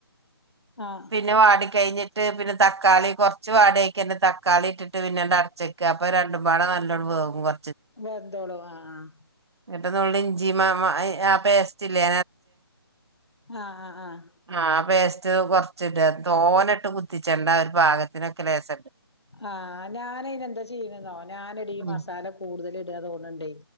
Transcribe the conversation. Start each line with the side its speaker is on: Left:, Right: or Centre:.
Left: ആ
Right: പിന്നെ വാടി കഴിഞ്ഞിട്ട് പിന്നെ തക്കാളി കുറച്ച് വാടക്ക് തന്നെ തക്കാളി ഇട്ടിട്ട് പിന്നെ അങ്ങട് അടച്ചു വെയ്ക്കുക അപ്പൊ രണ്ടും പാട നല്ലോണം വേവും വ
Left: വന്തോളു ആഹ് ആഹ്
Right: കിട്ട് നമ്മള് ഇഞ്ചി ആ പേസ്റ്റ് ഇല്ലേ
Left: ആഹ് ആഹ് ആഹ്
Right: ആ പ്പേസ്‌ <unintelligible> <unintelligible> തോന ഇട്ട് കുത്തിച്ചണ്ട ഒരു ഭാഗത്തിനൊക്കെ ലേസ
Left: ആഹ് ഞാനതിന് എന്താ ചെയ്യണെന്നോ ഞാന് എടി
Right: ഉം
Left: മസാല കൂടുതൽ ഇ ഡാ തോന്നണ്ടേ